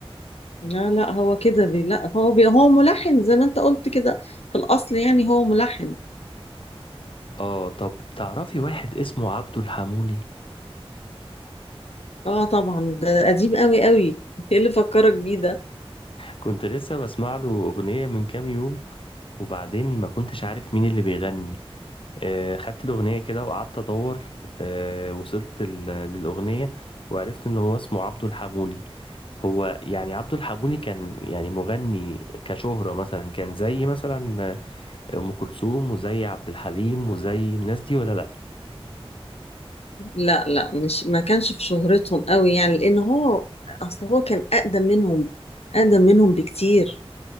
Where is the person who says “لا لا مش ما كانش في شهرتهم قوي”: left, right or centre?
Left